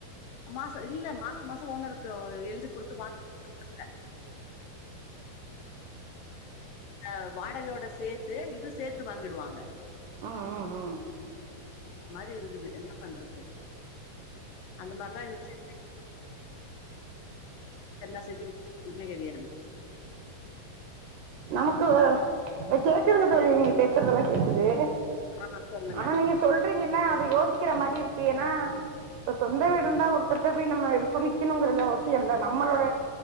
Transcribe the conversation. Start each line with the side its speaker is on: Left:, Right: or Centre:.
Left: மாசம் இல்ல மாசம் மாசம் ஓனருக்கு எழுதி கொடுத்து வாங்கிடுவாங்க அஹ் வாடகையோட சேர்த்து இது சேர்த்து வாங்கிடுவாங்க
Right: ம் ம் ம்
Left: அந்த மாரி இருக்குது என்ன பண்றது அந்த மாரிதான் இருந்துச்சு <unintelligible> செதுமே கிடையாது
Right: நமக்கு கேக்குதுங்க தோழி நீங்க பேசுறதெலாம் கேக்குது
Left: ஆ சொல்லுங்க
Right: ஆனா நீங்க சொல்றீங்கல்ல அதை யோசிக்கிற மாரி இருக்கு ஏன்னா இப்ப சொந்த வீடுந்தான் ஒருத்தர்ட போய் நம்ம எதுக்கும் நிக்கணுங்க அவசியம் இல்ல நம்மளோட